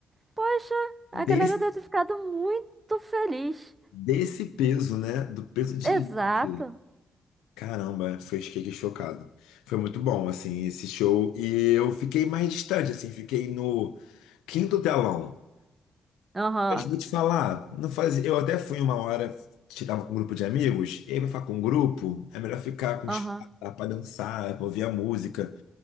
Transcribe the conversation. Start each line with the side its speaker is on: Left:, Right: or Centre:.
Right: Poxa, a
Left: Desse,
Right: galera deve ter ficado muito feliz.
Left: desse peso, né? Do peso de
Right: Exato.
Left: Lineker. Caramba, foi fiquei chocado. Foi muito bom, assim, esse show. E eu fiquei mais distante, assim, fiquei no quinto telão.
Right: Aham,
Left: Mas vou te falar, não fazia. Eu até fui uma hora, estava com um grupo de amigos, e aí pra ficar com um grupo, é melhor ficar com
Right: aham,
Left: espaço para dançar, pra ouvir a música.